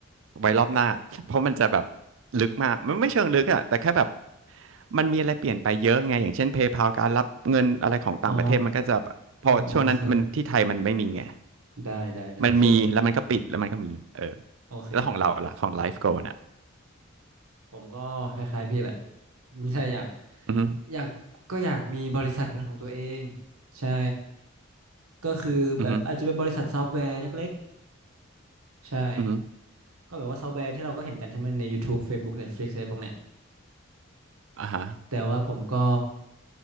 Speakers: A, on the right; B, on the right.
A: ไว้รอบหน้าเพราะมันจะแบบลึกมากมันไม่เชิงลึกอะแต่แค่แบบมันมีอะไรเปลี่ยนไปเยอะไงอย่างเช่น PayPal การรับเงินอะไรของต่างประเทศมันก็จะแบบพอช่วงนั้นมันที่ไทยมันไม่มีไง
B: อ๋อโอเคได้ได้ได้โอเค
A: มันมีแล้วมันก็ปิดแล้วมันก็มีเออ
B: โอเคได้
A: แล้วของเราล่ะของไลฟ์โกลน่ะ
B: ผมก็คล้ายๆพี่แหละ <laughs> ถ้าอยาก
A: อือฮึ
B: อยากก็อยากมีบริษัทเป็นของตัวเองใช่ก็คือแบบอาจจะเป็นบริษัทซอฟต์แวร์เล็ก
A: อือฮึ
B: ๆใช่
A: อือฮึ
B: ก็แบบว่าซอฟต์แวร์ที่เราก็เห็นกันใช่ไหมใน YouTube Facebook Netflix อะไรพวกเนี้ย
A: อ่าฮะ
B: แต่ว่าผมก็